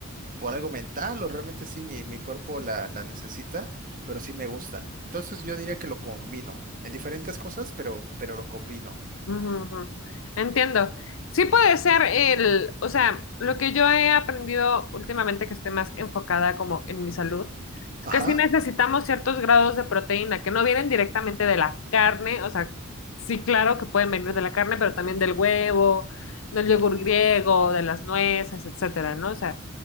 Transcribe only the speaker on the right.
por algo mental o realmente sí mi, mi cuerpo la, la necesita, pero sí me gusta. Entonces yo diría que lo combino en diferentes cosas, pero, pero lo combino.
Ajá.